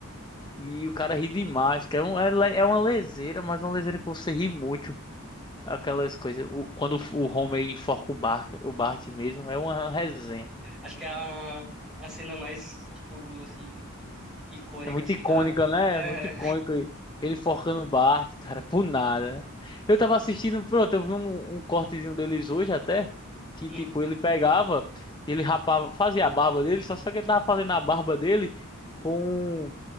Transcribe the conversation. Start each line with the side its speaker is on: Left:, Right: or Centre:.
Left: e o cara ri demais, que é, um, é, le- é uma leseira, mas uma leseira que você ri muito. Aquelas coisas, o- quando o Homer enforca o Bart, o Bart mesmo, é uma resenha.
Centre: Acho que é a, a cena mais, tipo, assim, icônica,
Left: É muito
Centre: assim,
Left: icônica,
Centre: da...
Left: né?
Centre: Aham.
Left: É muito icônico. Ele forcando o Bart, cara, por nada, né? Eu tava assistindo, pronto, eu vi um, um cortezinho deles hoje até, que
Centre: Hum.
Left: tipo, ele pegava, ele rapava, fazia a barba dele, só só que ele tava fazendo a barba dele com